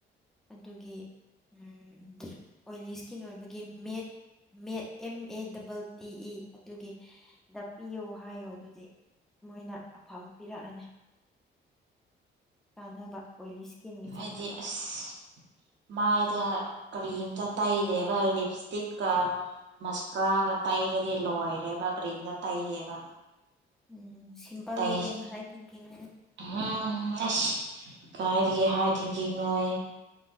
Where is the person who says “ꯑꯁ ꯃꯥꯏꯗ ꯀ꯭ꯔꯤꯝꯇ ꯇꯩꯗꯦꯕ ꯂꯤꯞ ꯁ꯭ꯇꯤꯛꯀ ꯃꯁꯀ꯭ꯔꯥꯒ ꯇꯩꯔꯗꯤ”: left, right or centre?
Right